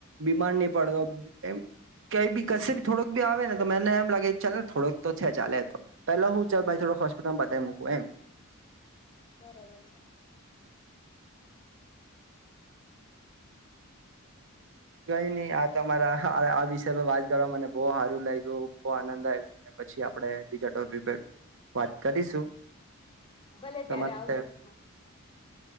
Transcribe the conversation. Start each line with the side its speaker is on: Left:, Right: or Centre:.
Right: બીમાર નહી પડતો એમ કઈ બી કશે થોક બી આવે ને તો મને એમ લાગે ચાલ ને થોડોક તો છે ચાલે તો પેલા હું ચાલ ભાઈ થોડક હોસ્પિટલમાં બતાવી મૂક એમ
Left: બરાબર છે.
Right: કઈ નહી તમારા આ આ વિષય પર વાત કરવા મને બો સારું લાગ્યું બો આનંદ આવ્યું ને પછી આપડે બીજા ટોપિક વાત કરીશું.
Left: ભલે
Right: તમાર
Left: ત્યારે
Right: <unintelligible>
Left: આવજો
Right: કર
Left: હા